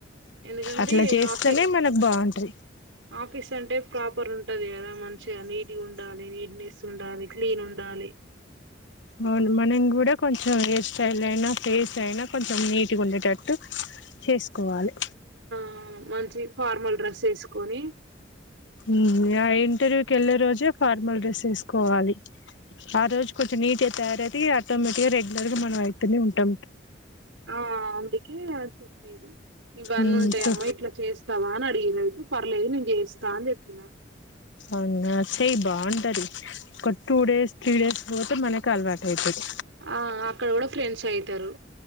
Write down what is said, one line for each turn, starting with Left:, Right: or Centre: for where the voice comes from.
Right: ఎందుకంటే
Left: అట్లా చేస్తానే
Right: ఆఫీ
Left: మనకు బాగుంటది
Right: ఆఫీస్ అంటే ప్రాపర్ ఉం ఉంటది కదా మంచిగా నీటి ఉండాలి నీట్నెస్ ఉండాలి క్లీన్ ఉండాలి
Left: అవును మనం కూడా కొంచెం హెయిర్ స్టైల్ అయినా ఫేస్ అయినా కొంచెం నీట్గా ఉండేటట్టు చేసుకోవాలే
Right: ఆ మంచి ఫార్మల్ డ్రెస్ ఎసుకొని
Left: ఉమ్ య ఇంటర్వ్యూ కేళ్ళే రోజే ఫార్మల్ డ్రెస్ ఎస్కోవాలి ఆ రోజు కొంచెం నీట్గా తయారైతే ఇగ ఆటోమేటిక్ గా రెగ్యులర్ గా మనం అయితనే ఉంటం
Right: ఆ అందుకే చెపిరు ఇవన్నీ
Left: ఉమ్,
Right: ఉంటాయమ్మా
Left: సో
Right: ఇట్లా చేస్తావా అని అడిగిరు అయి పర్లేదు నేను జేస్త అని చేప్పిన
Left: అవునా చేయి బాగుంటది ఒక టూ డేస్ త్రీ డేస్ పోతే మనకు అలవాటు అయితది
Right: ఆ అక్కడ కూడా ఫ్రెండ్స్ అయితారు